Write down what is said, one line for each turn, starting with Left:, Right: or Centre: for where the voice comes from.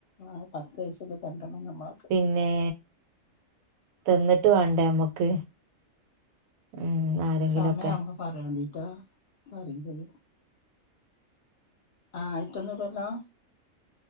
Left: ആഹ് പത്ത് വയസൊക്ക്‌ കണ്ടണം നമ്മള്
Right: പിന്നേ തിന്നിട്ട് വേണ്ടേ നമ്മക്ക് ഉം ആരെങ്കിലൊക്കെ
Left: സമയാവുമ്പം പറയോണ്ടീട്ടോ ഇൻക്കറീലത് ആയിറ്റൊന്നുല്ലല്ലൊ